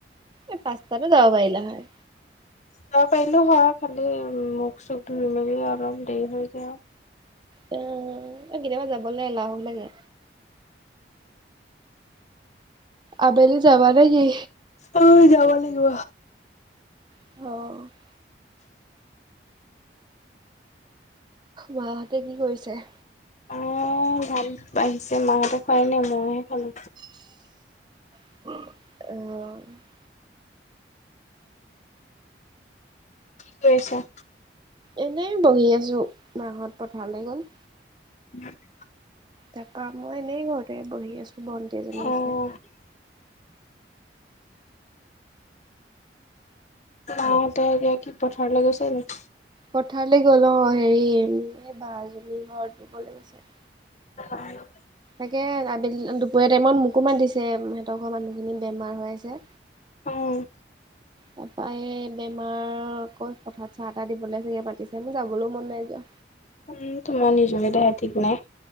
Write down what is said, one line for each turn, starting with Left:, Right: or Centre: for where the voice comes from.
Right: এ পাঁচতাটো যাব পাৰিলা হয়।
Left: যাব পাৰিলো হয় খালি উ মুখ চুখ ধুই মেলি অলপ দেৰি হৈ যায় আৰু।
Right: অ এ কেতিয়াবা যাবলৈ এলাহো লাগে। আবেলি যাবা নেকি?
Left: অ যাব লাগিব।
Right: অঁ। মাঁহতে কি কৰিছে?
Left: অ ভাত বাঢ়িছে মাহঁতে খোৱাই নাই মইহে খালো।
Right: অ।
Left: কি কৰিছা?
Right: এনেই বহি আছো মাঁহত পথাৰলৈ গ'ল।
Left: <unintelligible>
Right: তাৰপৰা মই এনেই ঘৰতে বহি আছোঁ, ভণ্টি এজনী আছে।
Left: অ' অ তেওঁলোকে কি পথাৰলৈ গৈছে নি?
Right: পথাৰলৈ গ'ল অ হেৰি এই বা এজনী ঘৰত ৰুবলৈ গৈছে।
Left: <unintelligible>
Right: তাকে আবেলি দুপৰীয়া টাইমত মোকো মাতিছে ঘৰৰ মানুহখিনি বেমাৰ হৈ আছে।
Left: অ'
Right: তাৰাপা সেই বেমাৰ আকৌ পথাৰত চাহ তাহ দিবলৈ চাগে মাতিছে মোৰ যাবলৈ মন নাই যোৱা।
Left: উম তোমাৰ নিজৰে <unintelligible> ঠিক নাই।